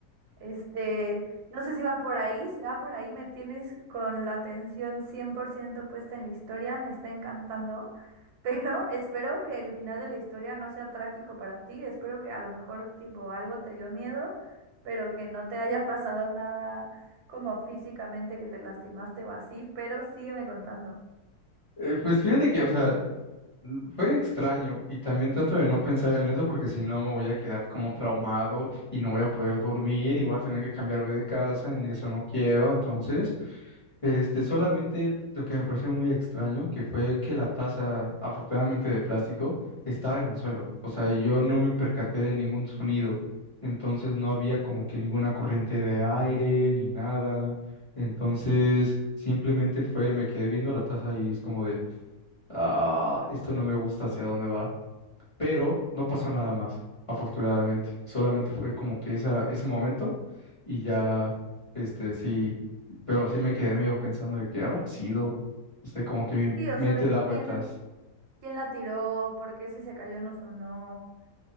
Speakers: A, on the right (about 75°); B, on the left (about 30°).
A: Este, no sé si va por ahí, si va por ahí me tienes con la atención 100% puesta en la historia, me está encantando, pero <laughs> espero que el final de la historia no sea trágico para ti, espero que a lo mejor tipo algo te dio miedo, pero que no te haya pasado nada como físicamente que te lastimaste o así, pero sígueme contando.
B: eh, pues fíjate que, o sea, Mm, Fue extraño y también trato de no pensar en eso porque si no me voy a quedar como traumado y no voy a poder
A: <laughs>
B: dormir y voy a tener que cambiarme de casa y eso no quiero. Entonces, este, solamente lo que me pareció muy extraño que fue que la taza, afortunadamente de plástico, estaba en el suelo. O sea, yo no me percaté de ningún sonido. Entonces no había como que ninguna corriente de aire ni nada. Entonces, simplemente fue, me quedé viendo la taza y es como de ah, esto no me gusta hacia dónde va. Pero no pasó nada más, afortunadamente. Solamente fue como que esa, ese momento y ya, este, sí, pero sí me quedé medio pensando de que habrá sido, no sé, como que mi
A: Sí, o
B: mente
A: sea, de que
B: da vueltas.
A: quién, ¿Quién la tiró? ¿Por qué si se cayó no sonó?